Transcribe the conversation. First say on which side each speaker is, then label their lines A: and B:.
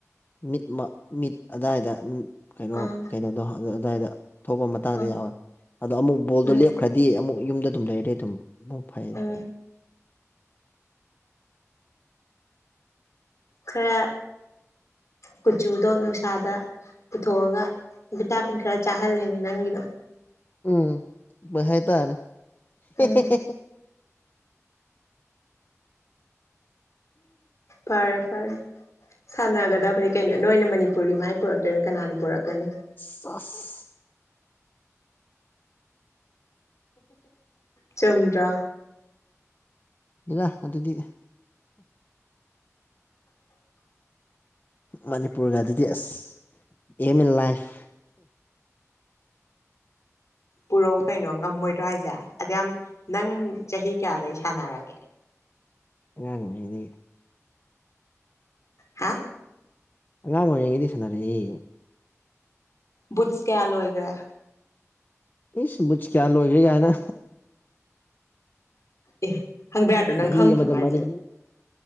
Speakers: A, on the left (about 35°); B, on the left (about 65°).
A: ꯃꯤꯠ ꯃ ꯃꯤꯠ ꯑꯗꯥꯏꯗ ꯀꯩꯅꯣ
B: ꯑꯥ
A: ꯀꯩꯅꯣꯗꯣ ꯑꯗ ꯑꯗꯥꯏꯗ ꯊꯣꯛꯄ ꯃꯇꯥꯡꯗ
B: ꯎꯝ
A: ꯌꯥꯎꯋꯦ ꯑꯗꯣ ꯑꯃꯨꯛ ꯕꯣꯜꯗꯣ
B: ꯎꯝ
A: ꯂꯦꯞꯈ꯭ꯔꯗꯤ ꯑꯃꯨꯛ ꯌꯨꯝꯗ ꯑꯗꯨꯝ ꯂꯩꯔꯦ ꯑꯗꯨꯝ ꯃꯨꯛ ꯐꯩꯔꯦ
B: ꯎꯝ ꯈꯔ ꯀꯨꯆꯨꯗꯣ ꯅꯨꯡꯁꯥꯗ ꯄꯨꯊꯣꯛꯑꯒ ꯚꯤꯇꯥꯄꯤꯟ ꯈꯔ ꯆꯥꯍꯜꯂꯤꯅꯦ ꯅꯪꯒꯤꯗꯣ
A: ꯎꯝ ꯃꯥꯏ ꯍꯥꯏ ꯇꯥꯔꯦ ꯍꯦ
B: ꯎꯝ
A: ꯍꯦ ꯍꯦ ꯍꯦ
B: ꯐꯔꯦ ꯐꯔꯦ ꯁꯥꯟꯅꯒꯗꯕꯅꯤ ꯀꯩꯅꯣ ꯅꯣꯏꯅ ꯃꯅꯤꯄꯨꯔꯒꯤ ꯃꯥꯏ ꯄꯨꯔꯛꯇꯅ ꯀꯅꯥꯅ ꯄꯨꯔꯛꯀꯅꯤ
A: ꯁꯥꯁ
B: ꯆꯨꯝꯗꯔ꯭ꯥ
A: ꯍꯦꯔꯥ ꯑꯗꯨꯗꯤ
B: <inaudible>
A: ꯃꯅꯤꯄꯨꯔꯗ ꯑꯗꯨꯗꯤ ꯑꯁ ꯑꯦꯝ ꯏꯟ ꯂꯥꯏꯐ
B: ꯄꯨꯔꯧ ꯀꯩꯅꯣ ꯉꯝꯃꯣꯏꯗ꯭ꯔꯥ ꯍꯥꯏꯁꯦ ꯑꯗꯌꯥꯝ ꯅꯪ ꯆꯍꯤ ꯀꯌꯥꯗꯩꯩ ꯁꯥꯟꯅꯔꯛꯀꯦ
A: ꯑꯉꯥꯡ ꯑꯣꯏꯔꯤꯉꯩꯗꯩꯩ
B: ꯍꯥ
A: ꯑꯉꯥꯡ ꯑꯣꯏꯔꯤꯉꯩꯗꯩꯩ ꯁꯥꯟꯅꯔꯛꯑꯦ
B: ꯕꯨꯠꯁ ꯀꯌꯥ ꯂꯣꯏꯒꯔ꯭ꯦ
A: ꯏꯁ ꯕꯨꯠꯁ ꯀꯌꯥ ꯂꯣꯏꯒ꯭ꯔꯦ ꯒꯥꯏꯅ꯫
B: ꯑꯦ ꯍꯪꯕ ꯌꯥꯗ꯭ꯔꯣ ꯅꯪ
A: ꯆꯍꯤ
B: ꯈꯪꯗ꯭ꯔꯣ
A: ꯑꯃꯗ
B: ꯍꯥꯏꯁꯦ꯫
A: ꯃꯔꯤ